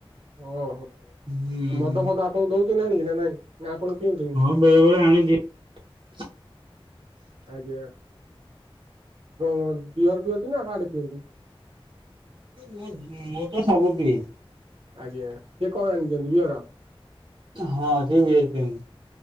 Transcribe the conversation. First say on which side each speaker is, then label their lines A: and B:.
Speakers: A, on the right; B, on the right.
A: ଓହୋ
B: ହୁଁ
A: ମଦ ଫଦ ଆପଣଙ୍କୁ ଦଉଛନ୍ତି ଆଣିକି ନା ନାଇଁ ନା ଆପଣ ପିଅନ୍ତି ନି।
B: ହଁ ବେଳେ ବେଳେ <unintelligible>
A: ଆଜ୍ଞା କ'ଣ ବିଅର ପିଅନ୍ତି ନା ହାଡେ ପିଅନ୍ତି।
B: ମୁଁ, ମୁଁ ତ ସବୁ ପିଏ।
A: ଆଜ୍ଞା ସିଏ କ'ଣ ଆଣିଛନ୍ତି ବିଅର।
B: ହଁ ସିଏ ବିିଅର ପିଅନ୍ତି।